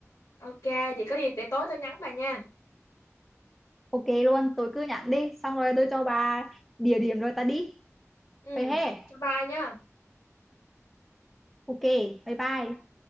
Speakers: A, on the left; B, in the centre.
A: ok vậy có gì để tối tôi nhắn bà nha
B: ok luôn tôi cứ nhận đi xong rồi tôi cho bà địa điểm rồi ta đi
A: ừ
B: vậy he
A: bye bye nha
B: Ok, bye bye.